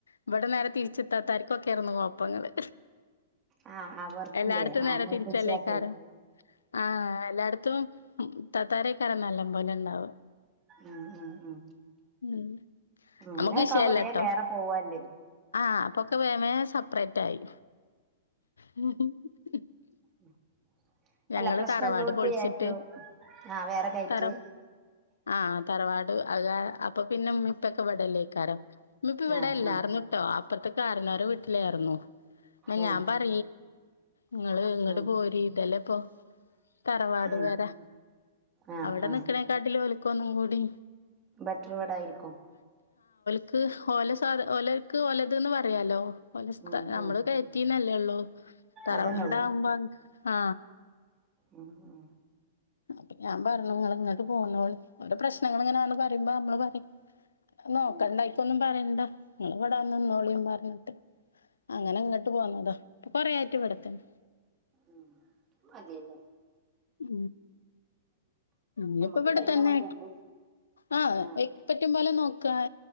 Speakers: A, on the left; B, on the right.
A: ഇവിടെ നേരെ തിരിച്ചെത്താത്താർ ഒക്കെയായിരുന്നു പോപ്പങ്ങള്
B: ആ അവർക്കില്ലേ
A: എല്ലായിടത്തും
B: ആ
A: നേരെ
B: മൂത്തച്ചിയാക്ക്
A: തിരിച്ചല്ലേക്കാരോ ആഹ എല്ലായിടത്തും ഉ തത്താരക്കറ നല്ല പോലെ ഉണ്ടാവ
B: ഉം ഉ ഉ ഉ
A: ഉം
B: അങ്ങനെയൊക്ക
A: നമുക്ക് വിഷയല്ലട്ടോ
B: ആാവുമ്പോ വേറെ വേറെ പോവല്ലേ
A: ആ അപ്പൊക്കെ വേമേ സെപ്പറേറ്റ് ആയി ഉ <unintelligible>
B: ഉം <unintelligible>
A: ഞങ്ങള്
B: അല്ല പ്രശ്നല്ലാം
A: തറവാട്
B: കൊടുത്തയറ്റു
A: പൊളിച്ചിട്ട്
B: ആഹ വേറെ കയറ്റ്
A: തറ ആഹ് തറവാട് അക അപ്പൊ പിന്നെ മപ്പക്കെ പടല്ലേക്കാരം ഇിപ്പ ഇവിടെയല്ല
B: ആ ആ
A: ഇറന്നിട്ടോ അപ്പറത്തെ കാരനോരെ വീട്ടിലായിരുന്നു അ
B: ആ
A: ഞാൻ പറ നിങ്ങള് ഇങ്ങോട്ട്
B: ഉം
A: പോര് ഇതെല്ല ഇപ്പൊ തറവാട്
B: ഉം
A: വരാ
B: ആ
A: അവിടെ
B: ആ
A: നിിക്കണേ കടിൽ പോലിക്കോന്നും കൂടി
B: ബെട്ടർ വേഡ ആയിരിക്കും
A: ക്ക് ഓല സാധ ഓലർക്ക് ഓലതന് പറയാലോ. ഓന്റസ്ഥ
B: ഉം
A: നമ്മള്
B: ഉം
A: കയറ്റീ ഉള്ളോ. തറവാട്
B: അതന്നെ ഉള്ളു
A: ആവുമ്പോ ആ
B: ഉം ഉ
A: അപ്പൊ ഞാൻ പറഞ്ഞു നിങ്ങൾ ഇങ്ങോട്ട് പോന്നോളി അവടെ പ്രശ്നങ്ങൾ ഇങ്ങനെന്ന് പറയുമ്പോ നമ്മള് പറയും നോക്കണ്ടായിക്കൊന്നും
B: ഉം
A: പറയണ്ട. നിങ്ങള് ഇവിടെ വന്ന് നിന്നോളി പറഞ്ഞിട്ട് അങ്ങനെ ഇങ്ങോട്ട് പോന്നതാ ഇപ്പൊ കൊറേ ആയിട്ട് ഇവിടെ തന്നെ.
B: ഉം അതേല്ലേ.
A: ഉ ഇനിപ്പോ
B: ഞമ്മക്ക്
A: ഇവിടെ
B: കഴിയണ
A: തന്നെ
B: മാതിരി നമ്മള്
A: ആ
B: ആഹ്
A: പറ്റുമ്പോ നോക്ക